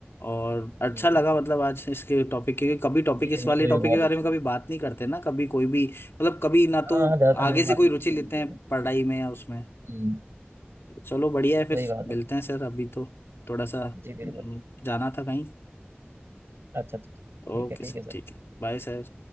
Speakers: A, on the left (about 75°); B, on the right (about 80°).
A: और अच्छा
B: जी
A: लगा
B: जी जी
A: मतलब आज इसके टॉपिक क्योंकि कभी टॉपिक
B: जी
A: इस
B: मुझे
A: वाले
B: भी
A: टॉपिक
B: बहुत
A: के बारे
B: अच्छा
A: में
B: लगा
A: कभी बात नहीं करते ना कभी कोई भी मतलब कभी ना
B: हाँ
A: तो
B: हाँ ज्यादातर
A: आगे
B: लोग
A: से
B: बात
A: कोई
B: नहीं
A: रुचि
B: करते
A: लेते
B: हैं इन चीजों
A: हैं
B: पे
A: पढ़ाई में या उसमें
B: हम्म
A: चलो बढ़िया है फिर
B: सही बात
A: मिलते
B: है
A: हैं सर अभी तो थोड़ा सा
B: जी बिल्कुल
A: हम्म, जाना था कहीं
B: अच्छा अच्छा अच्छा। ठीक
A: ओके
B: है
A: सर
B: ठीक है सर
A: ठीक है बाय सर